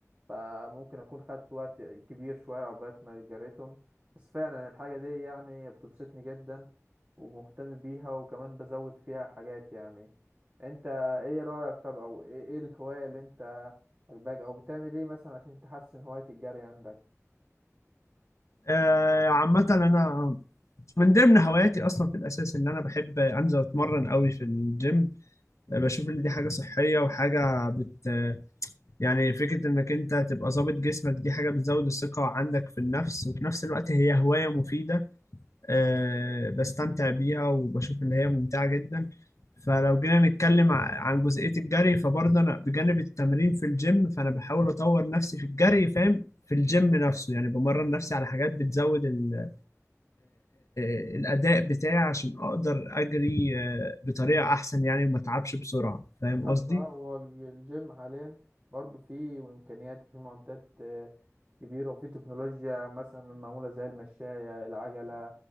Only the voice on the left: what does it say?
آه، عامة أنا من ضمن هواياتي اصلا في الاساس ان انا بحب انزل اتمرن قوي في الجيم بشوف ان دي حاجه صحيه وحاجه بت يعني فكره انك انت تبقى ظابط جسمك دي حاجه بتزود الثقه عندك في النفس وفي نفس الوقت هي هوايه مفيده أه بستمتع بيها وبشوف ان هي ممتعه جدا فلو جينا نتكلم ع- عن جزئيه الجري فبرضه انا بجانب التمرين في الجيم فانا بحاول اطور نفسي في الجري فاهم في الجيم نفسه يعني بمرن نفسي على حاجات بتزود آه، آه، آه، الاداء بتاعي عشان اقدر اجري آه، بطريقه احسن يعني وما اتعبش بسرعه فاهم
قصدي